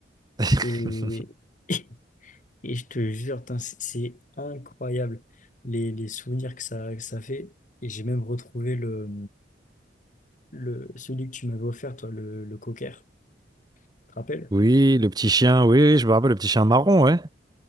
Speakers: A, on the right; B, on the left.
A: <laughs>
B: et <laughs> et je te jure putain, c'est c'est incroyable les, les souvenirs que ça que ça fait et j'ai même retrouvé le le celui que tu m'avais offert toi le le cocker tu te rappelles
A: Oui, le petit chien, oui, oui, je me rappelle, le petit chien marron, ouais.